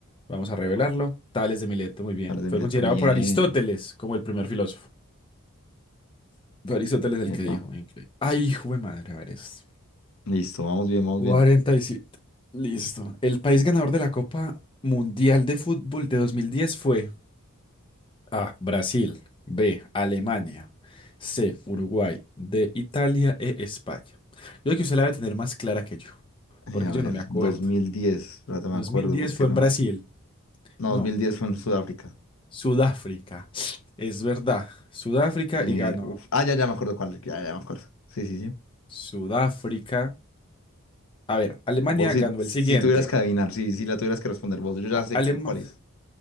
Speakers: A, on the left (about 25°); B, on the left (about 65°).
A: vamos a revelarlo. Tales de Mileto, muy bien.
B: Alex de
A: Fue
B: Mileto,
A: considerado
B: bien.
A: por Aristóteles como el primer filósofo. Fue Aristóteles el
B: Epa.
A: que dijo. increíble. Ay, hijo de madre, a ver esto.
B: Listo, vamos bien, vamos
A: 47.
B: bien.
A: Listo. El país ganador de la Copa Mundial de Fútbol de 2010 fue A. Brasil. B. Alemania. C. Uruguay. D. Italia. E. España. Yo creo que usted la debe tener más clara que yo,
B: Eh,
A: porque
B: a
A: yo
B: ver,
A: no me acuerdo.
B: 2010, espérate, me
A: Dos
B: acuerdo,
A: mil diez
B: porque
A: fue
B: no?
A: en Brasil.
B: No,
A: No,
B: dos mil diez fue en Sudáfrica.
A: Sudáfrica. Es verdad. Sudáfrica
B: Eh,
A: y ganó.
B: uf. Ah, ya, ya me acuerdo cuál, ya, ya me acuerdo. Sí, sí, sí.
A: Sudáfrica. A ver, Alemania
B: Vos si,
A: ganó
B: si
A: el siguiente.
B: tuvieras que adivinar, si, si la tuvieras que responder vos, yo ya sé
A: Alemania.
B: qué, cuál es.